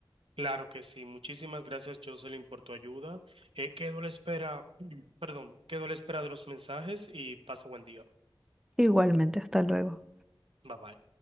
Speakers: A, on the right; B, in the centre.
A: Claro que sí. Muchísimas gracias, Jocelyn, por tu ayuda. Eh, quedo a la espera, <clears throat> perdón, quedo a la espera de los mensajes y pasa buen día.
B: Igualmente, hasta luego.
A: Bye bye.